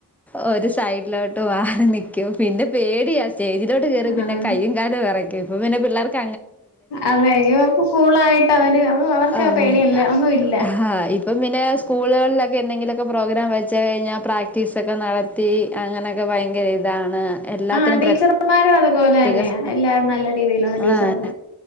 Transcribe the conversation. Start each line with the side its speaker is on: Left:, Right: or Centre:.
Centre: ഒ സൈഡിലോട്ട് വാ നിക്കും പിന്നെ പേടിയ സ്റ്റേജിലോട്ട് കേറി പിന്നെ
Left: ആഹ്
Centre: കയ്യും കാലും വിറ ഇപ്പ പിന്നെ പിള്ളേർക്ക
Left: അതെ ഇവർക്ക് കൂളായിട്ട് അവര് അവർ ക്കാ
Centre: ഉം
Left: പേണിയെല്ല ഒന്നു ഇല്ല
Centre: ആഹ് ഇപ്പം പിന്നെ സ്കൂളുകൾലൊക് എന്തെങ്കിലക്കെ പ്രോഗ്രാം വ ച്ച് കഴിഞ്ഞാ പ്രാക്ടീസൊക്കെ നടത്തി അങ്ങനെയൊക്കെ ഭയങ്കര ഇതാണ് എല്ലാത്തിനും
Left: ആ ടീച്ചർമാരാണ് തുപോല
Centre: പ്രത്യേക
Left: അഎന്നെ എല്ലാം നല്ല രീതിയിലാണ് ടീച്ചർ
Centre: ആഹ്